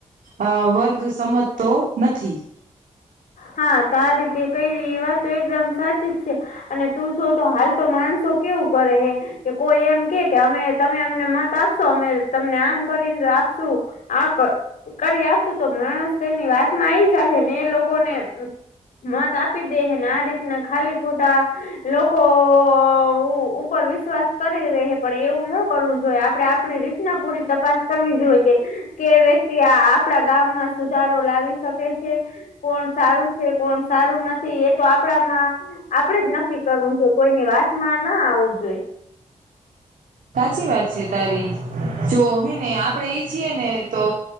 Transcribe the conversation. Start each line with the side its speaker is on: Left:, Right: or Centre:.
Right: અ વર્ગ સમજતો નથી.
Left: હા તો આ રીતે કયરી એ વાતો એકદમ સાચી જ છે. અને તું સો તો હાલ તો માણસો કેવું કરે હે કે કોઈ એમ કે કે અમે તમે અમને મત આપશો અમે તમને આમ કરીને આપશું આ ક કરી આપશું તો માણસ તો તેની વાત માં આઈ જાહે ને એ લોકોને મત આપી દેહે ને આ રીતના ખાલી ખોટા લોકો ઓ ઉપર વિશ્વાસ કરી રેહે પણ એવું ન કરવું જોઈએ આપડે આપડી રીત ના પૂરી તપાસ કરવી જોઇએ કે કે વ્યક્તિ આ આપડા ગામમાં સુધારો લાવી શકે છે કોણ સારું છે કોણ સારું નથી એ તો આપડામાં આપડે જ નક્કી કરવું જોય કોઈની વાત માં ના આવવું જોઈ
Right: સાચી વાત છે તારી, જો હે ને આપડે ઈછીએ ને તો